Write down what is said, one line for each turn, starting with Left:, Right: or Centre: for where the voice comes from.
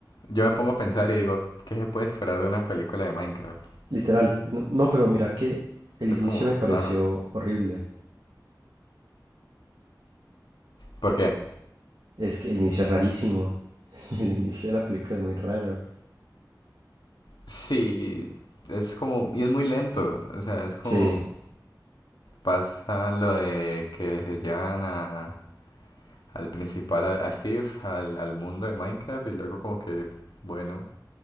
Left: yo me pongo a pensar y digo, ¿qué se puede esperar de una película de Minecraft?
Right: literal. No, no, pero mira que el inicio
Left: Es como
Right: me pareció
Left: raro.
Right: horrible.
Left: ¿Por qué?
Right: Es que el inicio es rarísimo. <laughs> El inicio de la película es muy raro.
Left: Sí, es como... Y es muy lento. O sea, es como...
Right: Sí,
Left: Pasa lo de que se llevan a- al principal, a, a Steve, al, al mundo de Minecraft y luego como que, bueno,